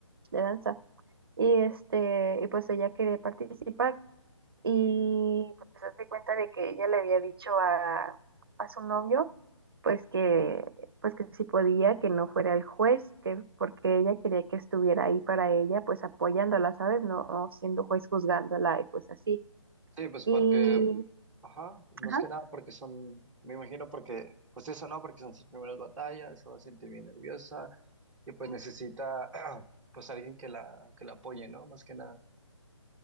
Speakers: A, on the right; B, in the centre.
A: de danza y este, y pues ella quiere participar y pues se hace cuenta de que ella le había dicho a, a su novio pues que, pues que si podía, que no fuera el juez, que porque ella quería que estuviera ahí para ella, pues apoyándola, ¿sabes? No siendo juez juzgándola y pues así.
B: Sí, pues
A: Y,
B: porque, ajá, más
A: ajá,
B: que nada porque son, me imagino porque, pues eso no, porque son sus primeras batallas, se va a sentir bien nerviosa y pues necesita, <clears throat> pues alguien que la, que la apoye, ¿no? Más que nada.